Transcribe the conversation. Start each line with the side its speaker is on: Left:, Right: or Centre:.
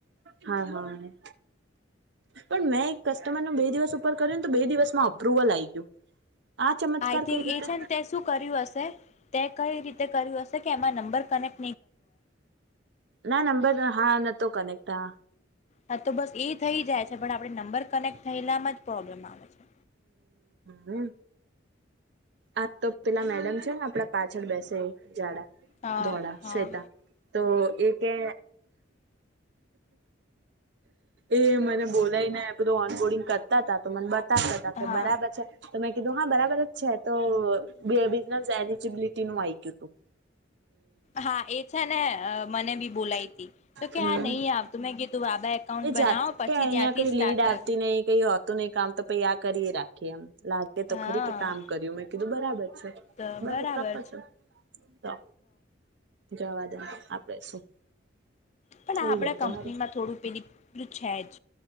Right: હા હા પણ મેં એક કસ્ટમરન બે દિવસ ઉપર કર્યુંને તો બે દિવસમાં અપ્રુવલ આ ગયું. આ ચમત્કાર
Left: આઈ થિંક
Right: કઈ રીતે
Left: એ છે ને તે શું કર્યું હશે તે કઈ રીતે કર્યું હશે. કેમાં નંબર કનેક
Right: ના નંબર હા નતો કનેક્ટ હ
Left: હા તો બસ એ થઈ જાય છે પણ આપડે નંબર કનેક્ટ થયેલામાં જ પ્રોબ્લેમ આવે છે.
Right: હ આ તો પેલા મેડમ છે ને આપડા પાછળ બેસે એ જાડા
Left: હા
Right: ધોળ
Left: હા
Right: શ્વેતા તો એ કે એ મને બોલાયને કે જો ઓનોડિંગ કરતા હતા તો મન બત તા કે
Left: હા
Right: બરાબર છે તોમેતા કીધું હા બરાબર છેા તો બેબી એ જ એલિજિબિલિટીું આયક્યું હતું.
Left: હા એ છે ને અ મને બી બોલાયતી તો કે
Right: હમ
Left: આ નહીં આવતું મેં કીધું બાબા એકાઉન્ટ
Right: એ
Left: બનાવો
Right: જાત
Left: પછી
Right: અહિયાં
Left: ત્યાંથી
Right: કોઈ
Left: સ્ટાર્ટ
Right: લીડ
Left: પર
Right: આવતી નહી કઈ કે હોતું નહી કામ તો પહી આ કરીએ રાખીએ એમ. લાગે તો
Left: હા
Right: ખરી કે કામ કર્યું મેં કીધું બરાબર છે
Left: તો
Right: બરુ
Left: બરાબર
Right: પ્રોપર છે તો જવાદે આપડે શું.
Left: પણ
Right: થઈ
Left: આ આપણા
Right: જાય તો
Left: કંપનીમાં
Right: હારું
Left: થોડું પેલી પેલું છે જ